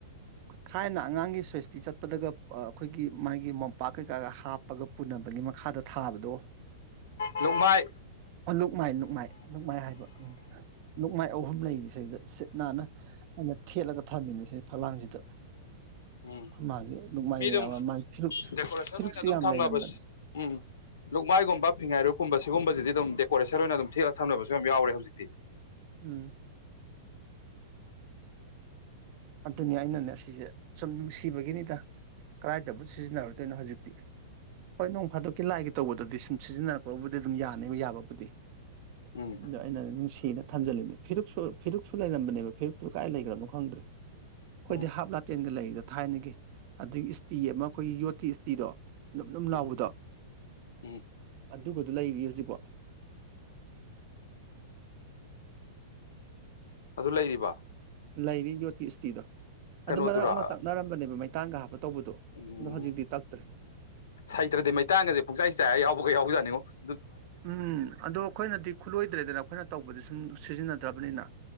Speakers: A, on the right; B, on the left.
A: ꯊꯥꯏꯅ ꯑꯉꯥꯡꯒꯤ ꯁ꯭ꯋꯦꯁꯇꯤ ꯆꯠꯄꯗꯒ ꯑꯩꯈꯣꯏꯒꯤ ꯃꯥꯒꯤ ꯃꯣꯝꯄꯥꯛ ꯀꯩꯀꯥꯒ ꯍꯥꯞꯄꯒ ꯄꯨꯅꯕꯒꯤ ꯃꯈꯥꯗ ꯊꯥꯕꯗꯣ
B: ꯂꯨꯛꯃꯥꯏ
A: ꯑ ꯂꯣꯛꯃꯥꯏ ꯂꯣꯛꯃꯥꯏ ꯂꯣꯛꯃꯥꯏ ꯍꯥꯏꯕ ꯄꯛꯃꯥꯏ ꯑꯍꯨꯝ ꯂꯩꯔꯤꯁꯤꯗ ꯁꯤꯠ ꯅꯥꯟꯅ ꯑꯩꯅ ꯊꯦꯠꯂꯒ ꯊꯝꯃꯤꯅꯦ ꯁꯤ ꯐꯛꯂꯥꯡꯁꯤꯗ
B: ꯎꯝ
A: ꯑꯩꯈꯣꯏ ꯃꯥꯒꯤ ꯂꯨꯛꯃꯥꯏ
B: ꯃꯤ
A: ꯃꯌꯥꯝ
B: ꯑꯗꯨꯝ
A: ꯑꯃ ꯃꯥꯒꯤ ꯐꯤꯔꯨꯛꯁꯨ
B: ꯗꯦꯀꯣꯔꯦꯁꯟ
A: ꯐꯤꯔꯨꯛꯁꯨ
B: ꯑꯣꯏꯅ ꯑꯗꯨꯝ
A: ꯌꯥꯝ
B: ꯊꯝꯅꯕ
A: ꯂꯩꯔꯝꯕꯅꯦ
B: ꯎꯝ ꯂꯨꯛꯃꯥꯏꯒꯨꯝꯕ ꯐꯤꯉꯥꯏꯔꯨꯛꯀꯨꯝꯕ ꯁꯤꯒꯨꯝꯕꯁꯤꯗꯤ ꯦꯀꯦꯟ ꯁꯠ ꯑꯣꯏꯅ ꯑꯗꯨꯝ ꯊꯤꯑ ꯊꯝꯅꯕꯁꯨ ꯌꯥꯝ ꯌꯥꯎꯔꯦ ꯍꯧꯖꯤꯛꯇꯤ
A: ꯎꯝ ꯑꯗꯨꯅꯤ ꯑꯩꯅꯅꯦ ꯁꯤꯁꯦ ꯁꯨꯝ ꯅꯨꯡꯁꯤꯕꯒꯤꯅꯤꯗ ꯀꯗꯥꯏꯗꯕꯨ ꯁꯤꯖꯤꯟꯅꯔꯗꯣꯏꯅꯣ ꯍꯧꯖꯤꯛꯇꯤ ꯍꯣꯏꯅꯣ ꯐ ꯑꯗꯨ ꯀꯂ ꯍꯥꯏꯒꯦ ꯇꯧꯕꯗꯗꯤ ꯁꯨꯝ ꯁꯤꯖꯤꯟꯅꯔꯛꯄꯕꯨꯗꯤ ꯑꯗꯨꯝ ꯌꯥꯅꯤ ꯌꯥꯕꯕꯨꯗꯤ
B: ꯎꯝ
A: ꯑ ꯑꯩꯅ ꯅꯨꯡꯁꯤꯅ ꯊꯝꯖꯅꯤꯡꯅꯦꯦ ꯐꯤꯔ ꯐꯤꯔ ꯁꯨ ꯂꯩꯔꯝꯕꯅꯦ ꯐꯤꯞꯨ ꯀꯥꯏ ꯂꯩꯈ꯭ꯔꯅꯣ ꯈꯪꯗ꯭ꯔꯦ ꯑꯩꯈꯣꯏꯗꯤ
B: ꯎꯝ
A: ꯍꯥꯞ ꯇꯦꯟꯗ ꯂꯩꯌꯦ ꯁꯤꯗ ꯊꯥꯏꯅꯒꯤ ꯑꯗꯒꯤ ꯏꯁꯇꯤ ꯑꯃ ꯑꯩꯈꯣꯏꯒꯤ ꯌꯣꯠꯀꯤ ꯏꯁꯇꯤꯗꯣ ꯂꯝ ꯂꯝ
B: ꯎꯝ
A: ꯂꯥꯎꯕꯗ
B: ꯎꯝ
A: ꯑꯗꯨꯒꯗꯨ ꯂꯩꯔꯤ ꯍꯧꯖꯤꯛꯐꯥꯎ
B: ꯑꯗꯨ ꯂꯩꯔꯤꯕ
A: ꯂꯥꯏꯔꯤ ꯌꯣꯠꯀꯤ ꯏꯁꯇꯤꯗꯣ
B: ꯀꯩꯅꯣꯗꯨꯔꯥ
A: ꯑꯗꯨ ꯃꯔꯛ ꯑꯃ ꯇꯛꯅꯔꯝꯕꯅꯦꯕ ꯃꯩ ꯇꯥꯡꯒ ꯍꯥꯞꯄ ꯇꯧꯕꯗꯣ
B: ꯎꯝ
A: ꯑꯗꯣ ꯍꯧꯖꯤꯛꯇꯤ ꯇꯛꯇ꯭ꯔꯦ
B: ꯍꯩꯇ꯭ꯔꯗꯤ ꯃꯩꯇꯥꯟꯒꯁꯦ ꯄꯨꯡꯆꯥꯏ ꯆꯥꯏꯔ ꯌꯥꯎꯕꯒ ꯌꯥꯎꯖꯥꯠꯅꯦ ꯉ <inaudible> <unintelligible>
A: ꯎꯝ ꯑꯗꯣ ꯑꯩꯈꯣꯏꯅꯗꯤ ꯈꯨꯠꯂꯣꯏꯗ꯭ꯔꯦꯗꯅ ꯑꯩꯈꯣꯏꯅ ꯇꯧꯕꯗꯤ ꯁꯨꯝ ꯁꯤꯖꯤꯟꯅꯗ꯭ꯔꯕꯅꯤꯅ